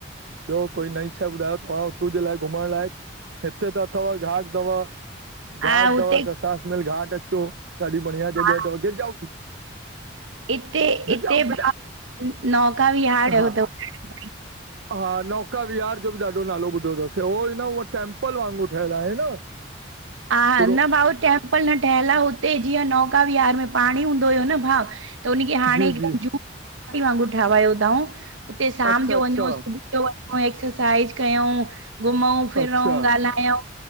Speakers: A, on the right (about 65°); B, on the right (about 85°).
A: ॿियो कोई नईं शय ॿुधायो तव्हां हुतो जे लाइ घुमण लायक? हिते त अथव घाट तव,
B: हा
A: घाट
B: हुते
A: तव दसासनल घाट अचो। ॾाढी बढ़िया
B: हा
A: जॻह तव, गिर जाओगी
B: हिते
A: गिर
B: हिते
A: जाओगी बेटा
B: भा नौका विहाण
A: हा
B: <unintelligible>
A: हा नौका विहार जो बि ॾा ढो नालो ॿुधो तस हो एन ओ टेंपल वांगुरु ठहियल आहे न,
B: हा,
A: पूरो
B: न भाऊ टेम्पल न ठहियलु आ, हुते जीअं नौका विहार में पाणी हूंदो हुयो न भाऊ त उन खे हाणे
A: जी
B: हिकदमि
A: जी
B: झूपड़ी वांगुरु ठावायो तउं। उते शाम
A: अच्छा
B: जो
A: अच्छा
B: वञो, सुबुह जो वञो, एक्सरसाइज कयऊं, घुमऊं, फिरऊं,
A: अच्छा
B: ॻाल्हायऊं